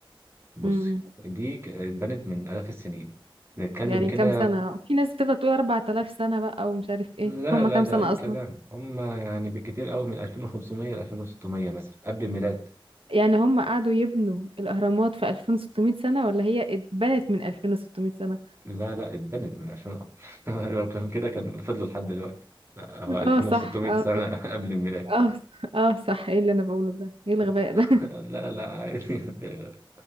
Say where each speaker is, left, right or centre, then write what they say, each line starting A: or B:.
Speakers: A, on the right (about 30°); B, on the right (about 85°).
A: بصي
B: م-
A: دي ك- اتبنت من آلاف السنين نتكلم
B: يعني
A: كده
B: كام سنة في ناس تبدأ تقول 4000 سنة بقى ومش عارف ايه
A: لا
B: هم
A: لا
B: كام
A: ده
B: سنة
A: أي
B: اصلا
A: كلام هم يعني بالكتير قوي من 2500 ل 2600 مثلا قبل الميلاد
B: يعني هم قعدوا يبنوا الاهرامات في 2600 سنة ولا هي اتبنت من 2600 سنة
A: لا لا اتبنت من 2000 <laughs> لو كان كده كان فضلوا لحد دلوقتي لا هو 2600
B: اه صح اه
A: سنة <laughs> قبل الميلاد
B: اه صح. اه صح ايه اللي انا بقوله ده ايه الغباء
A: <laughs>
B: ده
A: لا لا عادي <laughs>